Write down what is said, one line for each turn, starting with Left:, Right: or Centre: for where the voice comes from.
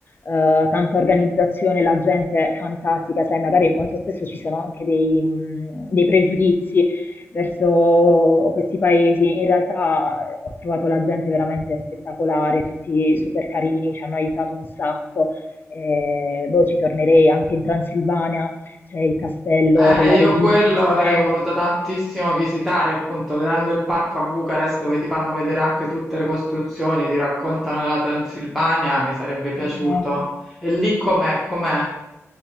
Left: eh, tanta organizzazione, la gente fantastica, sai, magari molto spesso ci sono anche dei, mh, dei pregiudizi verso questi paesi. In realtà eh, ho trovato la gente veramente spettacolare, tutti super carini, ci hanno aiutato un sacco. Eh, boh, ci tornerei anche in Transilvania, c'è il castello
Centre: Eh,
Left: della
Centre: io
Left: regina
Centre: quello
Left: <laughs> Elisabetta.
Centre: avrei voluto tantissimo visitare, appunto, vedendo il parco a Bucarest dove ti fanno vedere anche tutte le costruzioni, ti raccontano della Transilvania, mi sarebbe piaciuto.
Left: Esatto.
Centre: E lì com'è? Com'è?